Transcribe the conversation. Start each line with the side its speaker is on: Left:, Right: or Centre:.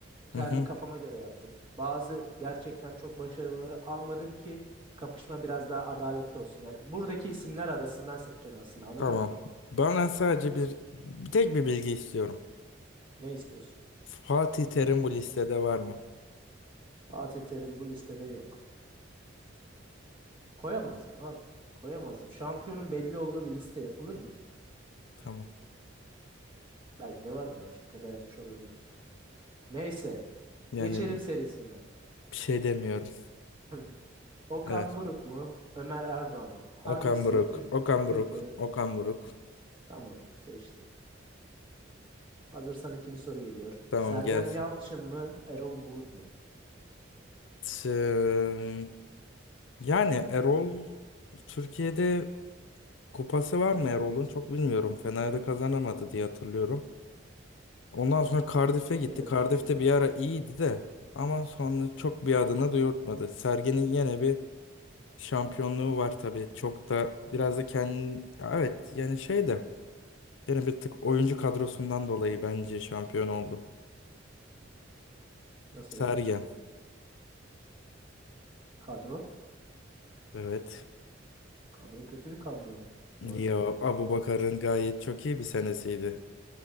Right: kendi
Left: Hı hı.
Right: kafama göre yaptım. Bazı gerçekten çok başarıları almadım ki kapışma biraz daha adaletli olsun. Yani buradaki isimler arasından seçeceksin aslında anladın
Left: Tamam.
Right: mı?
Left: Bana sadece bir tek bir bilgi istiyorum.
Right: Ne istiyorsun?
Left: Fatih Terim bu listede var mı?
Right: Fatih Terim bu listede yok. Koyamazdım abi. Koyamazdım. Şampiyonun belli olduğu bir liste yapılır mı?
Left: Tamam.
Right: Belki de vardır ama şakada yapmış olabilirim. Neyse.
Left: Yani
Right: Geçelim serisinden.
Left: bir şey demiyorum.
Right: <laughs> Okan
Left: Evet.
Right: Buruk mu? Ömer Erdoğan mı? Hangisi
Left: Okan Buruk.
Right: Türk
Left: Okan Buruk.
Right: Türkiye'de?
Left: Okan Buruk.
Right: Tamam seçtim. Hazırsan ikinci soru geliyor.
Left: Tamam
Right: Sergen
Left: gelsin.
Right: Yalçın mı? Erol Bulut mu?
Left: Tım. Yani Erol Türkiye'de Kupası var mı Erol'un? Çok bilmiyorum. Fener'de kazanamadı diye hatırlıyorum. Ondan sonra Cardiff'e gitti.
Right: Benim de
Left: Cardiff'te
Right: pek bilgim yok.
Left: bir ara iyiydi de ama sonra çok bir adını duyurtmadı. Sergen'in yine bir şampiyonluğu var tabii. Çok da biraz da kendi evet yani şey de yine bir tık oyuncu kadrosundan dolayı bence şampiyon oldu.
Right: Nasıl
Left: Sergen.
Right: yani? Kadro?
Left: Evet.
Right: Kadro kötü bir kadroydu
Left: Ya
Right: bu arada.
Left: Abubakar'ın gayet çok iyi bir senesiydi.